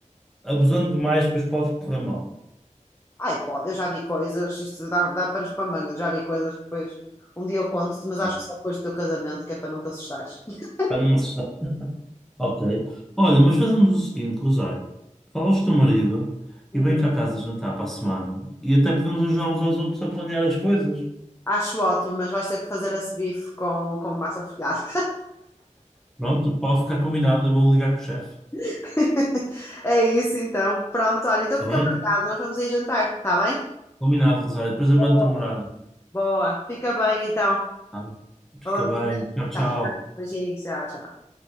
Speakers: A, in the centre; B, on the left (about 20°).
A: abusando demais depois pode correr mal.
B: <laughs> Ai, pode, eu já vi coisas, isto dá, dá panos para manga, eu já vi coisas que depois um dia eu conto-te, mas acho
A: É.
B: que só depois do teu casamento, que é para não te assustares. <laughs>
A: Para numa sexta Ok. Olha, mas fazemos o seguinte, Rosário. Fala ao teu marido
B: Uhum.
A: e vem cá a casa jantar para a semana. E até podemos ajudar uns aos outros a planear as coisas.
B: Acho ótimo, mas vais ter que fazer esse bife com, com massa folhada.
A: Pronto, pode ficar combinado. Eu vou ligar com o chefe.
B: <laughs> É isso então. Pronto, olha, então
A: Está
B: fica
A: bem?
B: marcado. Nós vamos aí jantar, está bem?
A: Combinado, Rosário. Depois eu
B: Boa.
A: mando-te a morada.
B: Boa. Fica bem então.
A: Tá? Fica
B: Falamos
A: bem.
B: em breve.
A: Tchau, tchau.
B: Tchau, tchau. Beijinhos, tchau, tchau.